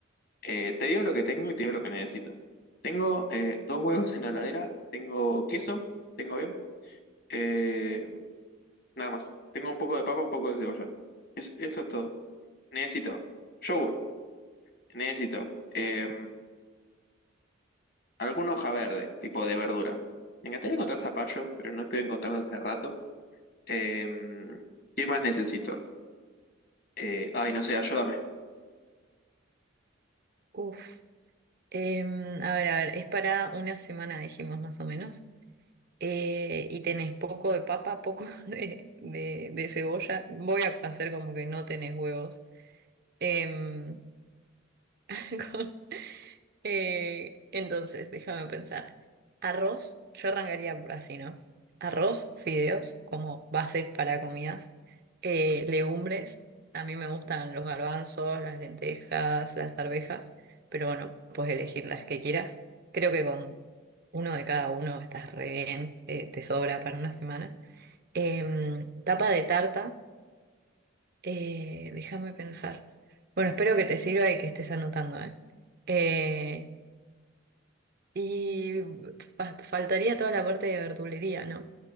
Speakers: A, on the left; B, on the right.
A: Eh, te digo lo que tengo y te digo lo que necesito. Tengo eh, dos huevos en la heladera, tengo queso, tengo bien, eh, nada más. Tengo un poco de papa, un poco de cebolla. Es- eso es todo. Necesito yogur, necesito eh, alguna hoja verde, tipo de verdura. Me encantaría encontrar zapallo, pero no estoy encontrando hace rato. Eh, ¿qué más necesito? Eh, ay, no sé, ayúdame.
B: Uf. Em, a ver, a ver, es para una semana, dijimos más o menos. Eh, y tenés poco de papa, poco <laughs> de, de- de cebolla. Voy a hacer como que no tenés huevos. Em, <laughs> Eh, entonces, déjame pensar. Arroz, yo arrancaría por así, ¿no? Arroz, fideos como bases para comidas. Eh, legumbres, a mí me gustan los garbanzos, las lentejas, las arvejas, pero bueno, puedes elegir las que quieras. Creo que con uno de cada uno estás re bien, te, te sobra para una semana. Em, tapa de tarta, eh, déjame pensar. Bueno, espero que te sirva y que estés anotando, ¿eh? Eh, y fa- faltaría toda la parte de verdulería, ¿no?